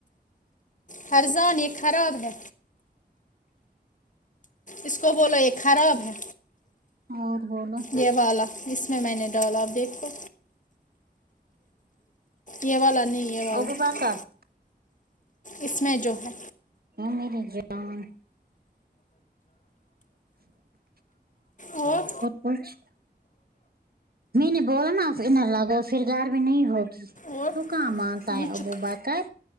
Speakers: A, on the left (about 50°); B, on the right (about 60°).
A: فرزان یہ خراب ہے اس کو بولو یہ خراب ہے
B: اور بولو
A: یہ والا اس میں میں نے ڈالا آپ دیکھو یہ والا نہیں یہ والا
B: ابو بکر
A: اس میں جو ہے
B: ہاں میری جان
A: اور
B: کچھ میں نے بولا نا آپ فر نیں لگو پھر گھر میں نہیں ہوگی
A: اور
B: تو کہاں مانتا
A: مچک
B: ہے اب وہ پتہ ہے